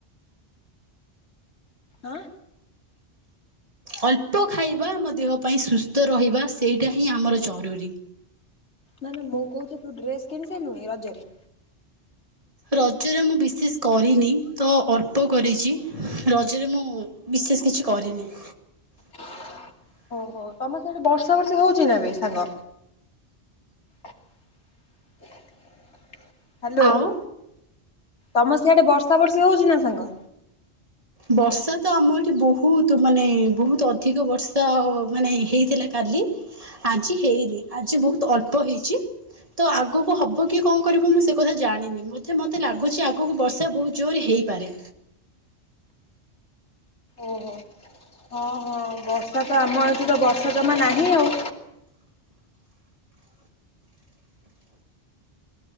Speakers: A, on the left (about 85°); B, on the right (about 30°).
A: ଆଁ,
B: ଅଳ୍ପ ଖାଇବା, ଆମ ଦେହ ପାଇଁ ସୁସ୍ଥ ରହିବା, ସେଇଟା ହିଁ ଆମର ଜରୁରୀ।
A: ନା ନା ମୁଁ କହୁଚୁ ତୁ ଡ୍ରେସ୍ କିଣି ସାଇଲୁଣି ରଜରେ?
B: ରଜରେ ମୁଁ ବିଶେଷ କରିନି। ତ ଅଳ୍ପ କରିଚି, ରଜରେ ମୁଁ ବିଶେଷ କିଛି କରିନି।
A: ହ <unintelligible> ଓହୋ, ତୋମ ସିଆଡେ ବର୍ଷା ବର୍ଷା ହଉଛି ନା ବେ ସାଙ୍ଗ? <inaudible> ହାଲୋ,
B: ଆଉ
A: ତୋମ ସିଆଡ଼େ ବର୍ଷା ବର୍ଷା ହଉଛି ନା ସାଙ୍ଗ?
B: ବର୍ଷା ତ ଆମ ଏଠି ବହୁତୁ ମାନେ ବହୁତ ଅଧିକ ବର୍ଷା ମାନେ ହେଇଥିଲା କାଲି। ଆଜି ହେଇନି, ଆଜି ବହୁତ ଅଳ୍ପ ହେଇଛି। ତ ଆଗକୁ ହବ କି କଣ କରିବ ମୁଁ ସେ କଥା ଜାଣିନି, ବୋଧେ ମୋତେ ଲାଗୁଛି ଆଗକୁ ବର୍ଷା ବହୁତ ଜୋରେ ହେଇପାରେ।
A: ଓହୋ ହଁ, ହଁ ବର୍ଷା ତ ଆମ ଏଠି ତ ବର୍ଷା ଜମା ନାହିଁ ଆଉ।